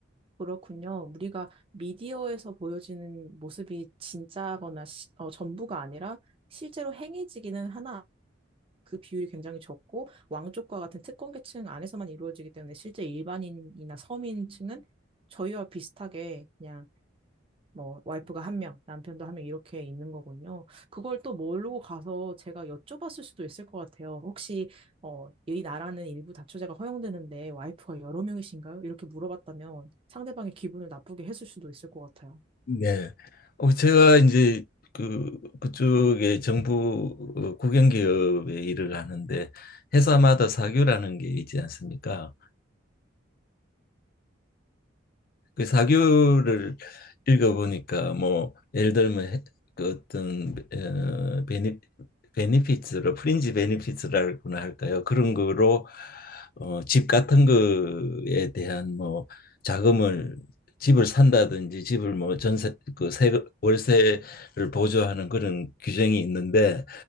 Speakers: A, on the right; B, on the left.
A: 그렇군요. 우리가 미디어에서 보여지는 모습이 진짜거나 시- 어, 전부가 아니라 실제로 행해지기는 하나 그 비율이 굉장히 적고 왕족과 같은 특권 계층 안에서만 이루어지기 때문에 실제 일반인이나 서민층은 저희와 비슷하게 그냥 뭐 와이프가 한 명, 남편도 한 명 이렇게 있는 거군요. 그걸 또 모르고 가서 제가 여쭤봤을 수도 있을 것 같아요. 혹시 어, 이 나라는 일부 다처제가 허용되는데 와이프가 여러 명이신가요? 이렇게 물어봤다면 상대방의 기분을 나쁘게 했을 수도 있을 것 같아요.
B: 네. 어, 제가 이제 그 그쪽에 정부 어, 국영기업에 일을 하는데 회사마다 사규라는 게 있지 않습니까? 그 사교를 읽어보니까 뭐 예를 들면 해- 그 어떤 어, 베니 베니피츠로 프린지 베니피츠라고나 할까요? 그런 거로 어, 집 같은 거에 대한 뭐 자금을 집을 산다든지 집을 뭐 전세 그 세금 월세를 보조하는 그런 규정이 있는데